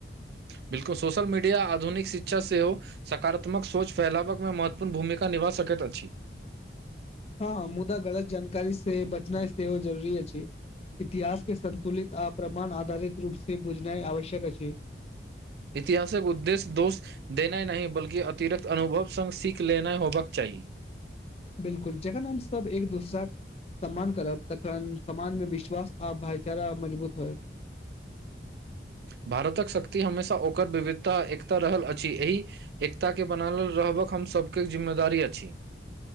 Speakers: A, on the right; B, on the left.
A: बिल्कुल सोशल मीडिया आधुनिक शिक्षा सेहो सकारात्मक सोच फैलाबक मे महत्वपूर्ण भूमिका निभा सकैत अछि
B: हँ हँ मुदा गलत जानकारी से बचनाइ सेहो जरूरी अछि इतिहास के संतुलित आ प्रमाण आधारित रूप से बुझनाइ आवश्यक अछि
A: इतिहासक उद्देश्य दोष देना नहि बल्ि अतिरिक्त अनुभव संग सीख लेना होबाक चाही
B: बिल्कुल जखन हम सब एक दूसरा सम्मान करब तखन समाज में विश्वास आ भाईचारा मजबूत होय
A: भारतक शक्ति हमेशा ओकर विविधता एकता रहल अछि एहि एकताके बनलल रहबक हम सभके जिम्मेदारी अछि